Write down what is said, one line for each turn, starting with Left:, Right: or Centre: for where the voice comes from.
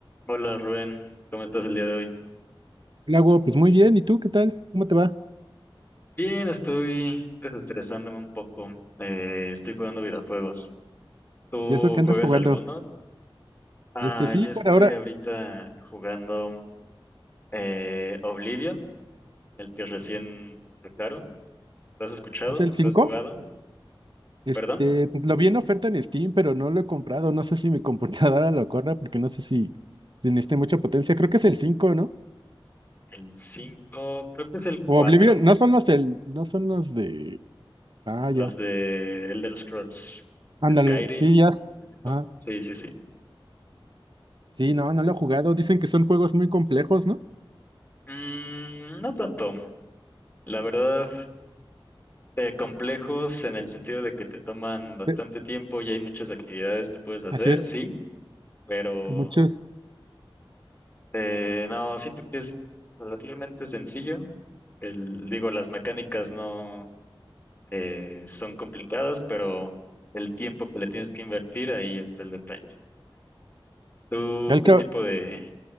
Left: Hola Rubén, ¿cómo estás el día de hoy?
Right: Lago, pues muy bien. ¿Y tú qué tal? ¿Cómo te va?
Left: Bien, estoy desestresándome un poco. eh, estoy jugando videojuegos. ¿Tú
Right: ¿Y eso que
Left: juegas
Right: andas jugando?
Left: alguno? Ah,
Right: Este sí,
Left: yo estoy
Right: por ahora
Left: ahorita jugando eh, Oblivion, el que recién sacaron. ¿Lo has escuchado?
Right: es el cinco
Left: ¿Lo has jugado?
Right: Este,
Left: ¿Perdón?
Right: pues, lo vi en oferta en Steam, pero no lo he comprado. No sé si mi computadora <laughs> lo corra porque no sé si, si necesite mucha potencia. Creo que es el cinco ¿no?
Left: El 5, creo que es el 4.
Right: O Oblivion, no son los el, no son los de. Ah, ya.
Left: los de Elder Scrolls.
Right: Ándale,
Left: Skyrim,
Right: sí, ya.
Left: ¿ese tipo?
Right: Ah,
Left: Sí, sí, sí.
Right: sí, no, no lo he jugado. Dicen que son juegos muy complejos, ¿no?
Left: Mm, no tanto. La verdad, eh, complejos en el sentido de que te toman bastante
Right: Eh,
Left: tiempo y hay muchas actividades que puedes hacer,
Right: Así es,
Left: sí, pero
Right: que muchos.
Left: eh, no, siento que es relativamente sencillo. El, digo, las mecánicas no eh, son complicadas, pero el tiempo que le tienes que invertir, ahí está el detalle. ¿Tú
Right: Ya el
Left: qué
Right: que,
Left: tipo de...?